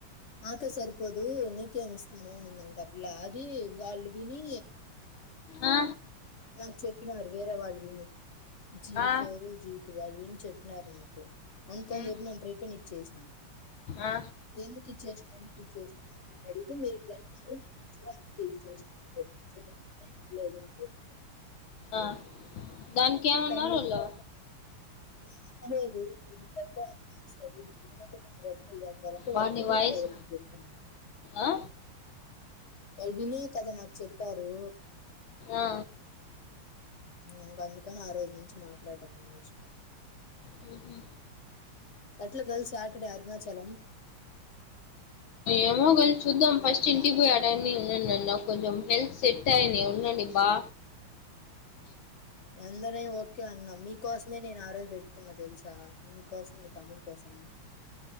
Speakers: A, on the left; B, on the left.
A: నాకే సరిపోదు నీకేమి ఇస్తాను అనిందంట పిల్ల అది వాళ్ళు విని
B: ఆ
A: నాకు చెప్పినారు వేరే వాళ్ళు విని జి
B: ఆ
A: ఫోర్ జి టూ వాళ్ళు విని చెప్పినారు నాకు అందుకని
B: ఉమ్
A: చెప్పి నేను రిటర్న్ ఇచ్చేసిన
B: ఆ
A: ఎందుకు ఇచ్చేసిన ఎందుకు ఇచ్చేసినావు నన్ను అడి మీరిట్ల అడిగారు అసలు అందుకే ఇచ్చేసినా <inaudible> లేదు అ
B: ఆ దానికి ఏమన్నారు
A: సర్లే
B: వాళ్ళు
A: మేము అనలేదు మీరు ఎట్లా నాస్తారు మీరు వినకుండ మీరు ఇదంటారంటే
B: వాని
A: వాళ్ళు వినే
B: వాయిస్
A: అలా నాకు జెప్పారు
B: ఆ
A: వాళ్ళు వినే కదా నాకు చెప్పారు
B: ఆ
A: ఇంగ అందుకని ఆ రోజు నుంచి మాట్లాడం మానేసినారు
B: హ్మ్ హు
A: ఎట్ల గర్ల్ సాటర్డే అరుణాచలం
B: ఏమోగలి చూద్దాం ఫస్ట్ ఇంటికి పోయి ఆడాన్ని ఉండడన్నా నాకు కొంచెం హెల్త్ సెట్ అయిని ఉండండి బా
A: ఎందనే ఓకే అన్నా మీ కోసమే నేను ఆ రోజు పెట్టుకున్నా తెలుసా మీకోసం మీ తమ్ముడి కోసం